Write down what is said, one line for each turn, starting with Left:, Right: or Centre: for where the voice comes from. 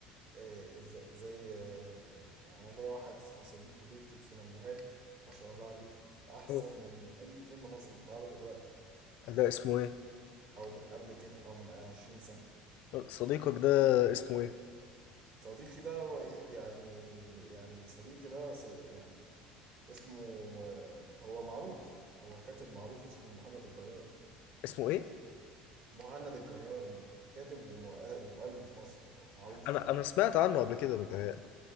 Right: آه، زي زي آه، يعني انا ليا واحد صديقي بيكتب سيناريوهات ما شاء الله عليه احسن
Left: أوه.
Right: من اي فيلم مصري بيتعرض دلوقتي
Left: ده اسمه ايه
Right: او من قبل كده او من 20 سنة
Left: صديقك ده اسمه ايه
Right: صديقي ده هو يعني يعني صديقي ده ص- يعني اسمه آه، هو معروف هو كاتب معروف اسمه مهند الجيار
Left: اسمه ايه
Right: كاتب مهند الجيار م- كاتب وم- ومؤلف مصري معروف
Left: انا
Right: يعني
Left: انا سمعت عنه قبل كده متهيألي